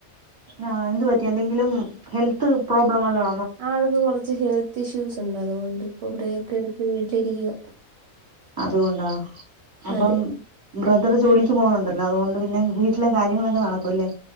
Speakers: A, on the right (about 20°); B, on the right (about 60°).
A: ആ എന്ത് പറ്റി എന്തെങ്കിലും ഹെൽത്ത് പ്രോബ്ലം വല്ലോ
B: ആൾക്ക് കൊർച്ച് ഹെൽത്ത് ഇഷ്യൂസ്ണ്ട് അതോണ്ട്ണ്ട് ഇപ്പൊ ബ്രേക്കെട്ത്ത് വീട്ടിലിരിക്കുവ
A: അത്കൊണ്ടാ അപ്പം
B: അതെ
A: ബ്രദർ ജോലിക്ക് പോകുന്നുണ്ടല്ലോ അതോണ്ട് പിന്നെ വീട്ടിലെ കാര്യങ്ങളൊക്കെ നടക്കുല്ലേ